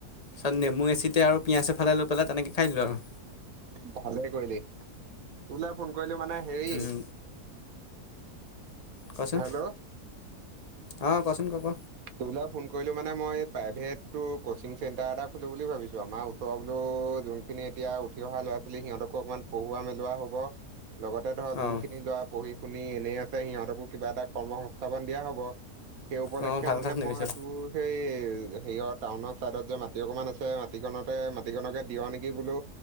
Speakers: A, on the left; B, on the right.
A: তাৰিছত নেমু এচিতেে আৰু পিঁয়াজ এফালে লৈ পেলাই তেনেকৈ খাই লোঁ আৰু,।
B: ভালে কৰিলি তোলৈ ফোন কৰিলো মানে হেৰি
A: আৰু কচোন
B: হেল্ল'।
A: অঁ কচোন ক ক
B: তমুল ফোন কৰিলো মানে মই,। প্ৰাইভেটো কচিং চেণ্টাৰ এটা খুলো বুলি ভাবিছো আমাৰ ওচৰ বোলো যোনখিনি এতিয়া উঠি অহা ল'ৰা'। সিহঁতকো অকমান পঢ়ুৱোৱা মেলোৱা হ'ব, লগতে ধৰ যোন
A: অঁ
B: খিনি লৰা পঢ়ি। আপুনি এনেই আছে সিহঁতকো কিবা এটা কৰ্ম সংস্থাপন দিয়া হব,। সেই উপলক্ষে
A: অঁ ভাল
B: মানে
A: কথা চিন্তা
B: মই
A: কৰিছ
B: তোৰ সেই'। হেৰিয়ৰ টাউনৰ চাইডত যে মাটি অকমান আছে মাটিিকনতে মাটিকনকে দিিয় নেকি বোলো?